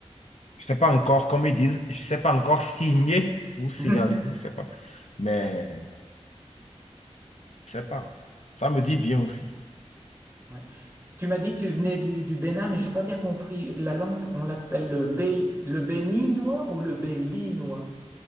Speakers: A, on the left; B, on the right.
A: Je sais pas encore, comme ils disent, je sais pas encore signer ou signaliser,
B: <laughs>
A: je sais pas. Mais je sais pas. Ça me dit bien aussi.
B: Ouais. Tu m'as dit que tu venais du, du Bénin, mais j'ai pas bien compris. La langue, on l'appelle le, bé- le béninois ou le bélinois?